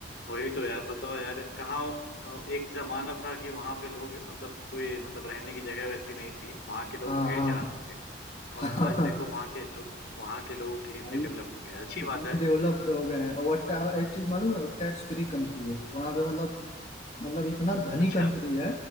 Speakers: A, on the left (about 60°); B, on the left (about 35°).
A: वही तो यार बताओ यार कहाँ अ, एक जमाना था कि वहां पे लोग मतलब कोई मतलब रहने की जगह वैसी नहीं थी वहां के लोग
B: हाँ
A: भेड़
B: हाँ
A: चराते थे
B: हाँ
A: और आज
B: हाँ।
A: देखो वहां के लोग वहां के लोग कितने
B: भाई
A: डेवलप हो गए अच्छी
B: इतने
A: बात है
B: डेवलप्ड हो गए हैं और टा- एक चीज मालूम है टैक्स फ्री कंट्री है वहां पे मतलब मतलब इतना धनी
A: अच्छा
B: कंट्री है